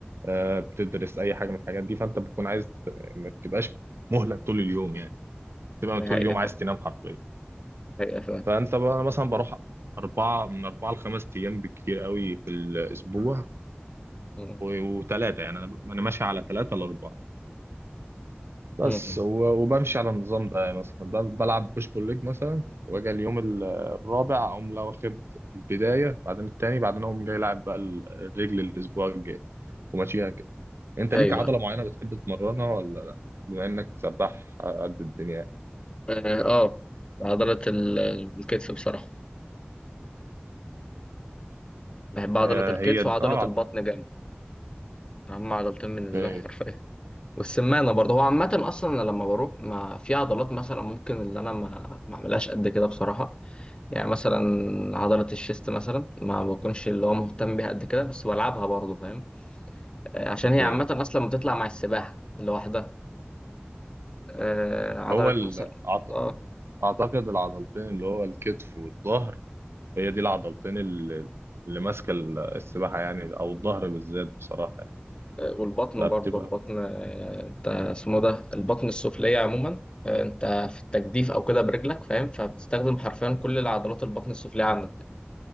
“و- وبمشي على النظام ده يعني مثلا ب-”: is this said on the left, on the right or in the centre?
Right